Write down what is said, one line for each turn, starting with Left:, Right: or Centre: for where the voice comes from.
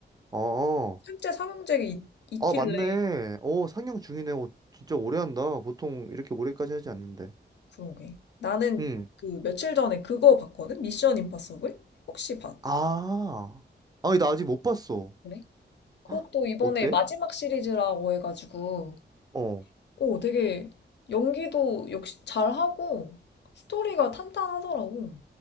Right: 어. 어.
Left: 실제 삼형제가 있, 있길래.
Right: 아 맞네. 어 상영 중이네. 어, 진짜 오래 한다. 보통 이렇게 오래까지 하지 않는데.
Left: 그러게. 나는
Right: 응.
Left: 그 며칠 전에 그거 봤거든? 미션 임파서블? 혹시 봤?
Right: 아. 아니, 나 아직 못 봤어.
Left: 그래? 그것도
Right: 헉,
Left: 이번에
Right: 어때?
Left: 마지막 시리즈라고 해가지고,
Right: 어.
Left: 오, 되게 연기도 역시 잘하고, 스토리가 탄탄하더라고.